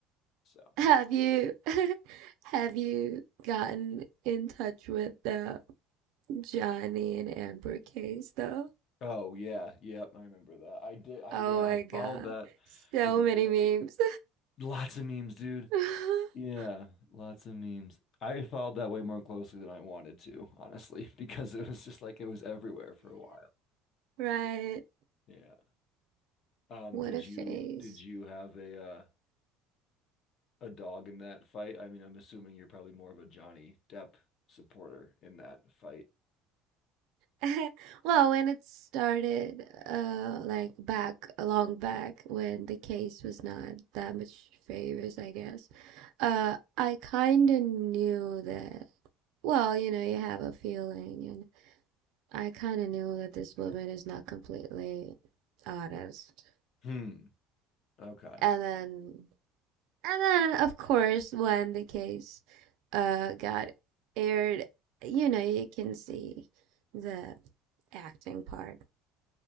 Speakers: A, on the left (about 35°); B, on the right (about 60°).
A: so.
B: Have you <laughs> have you gotten in touch with the Johnny and Amber case though?
A: Oh yeah, yep, I remember that. I did. I
B: Oh
A: yeah,
B: my
A: I
B: God.
A: followed that
B: So
A: like way.
B: many memes.
A: Lots of memes, dude.
B: <laughs>
A: Yeah, lots of memes. I followed that way more closely than I wanted to, honestly, <laughs> because it was just like it was everywhere for a while.
B: Right.
A: Yeah. Um,
B: What
A: did
B: a
A: you
B: phase.
A: did you have a uh, a dog in that fight? I mean, I'm assuming you're probably more of a Johnny Depp supporter in that fight.
B: <laughs> Well, when it started, uh, like back, long back when the case was not that much favors, I guess. Uh, I kind of knew that. Well, you know, you have a feeling and I kind of knew that this woman is not completely honest.
A: Hmm. Okay.
B: And then, and then, of course, when the case uh, got aired, you know, you can see the acting part.